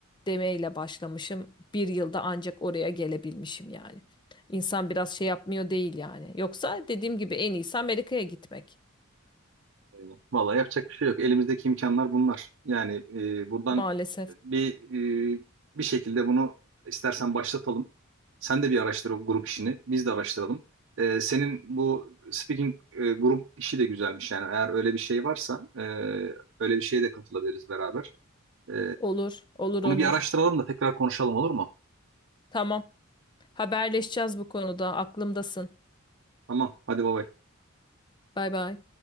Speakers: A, on the left (about 20°); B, on the right (about 60°).
A: demeyle başlamışım. Bir yılda ancak oraya gelebilmişim yani. İnsan biraz şey yapmıyor değil yani. Yoksa dediğim gibi en iyisi Amerika'ya gitmek.
B: Eyvallah. Vallahi yapacak bir şey yok. Elimizdeki imkanlar bunlar. Yani e, buradan
A: Maalesef.
B: bir e, bir şekilde bunu istersen başlatalım. Sen de bir araştır o grup işini. Biz de araştıralım. E, senin bu speaking e, grup işi de güzelmiş yani. Eğer öyle bir şey varsa e, öyle bir şeye de katılabiliriz beraber. E,
A: Olur, olur,
B: bunu
A: olur.
B: bir araştıralım da tekrar konuşalım olur mu?
A: Tamam. Haberleşeceğiz bu konuda. Aklımdasın.
B: Tamam. Hadi baba.
A: Bay bay.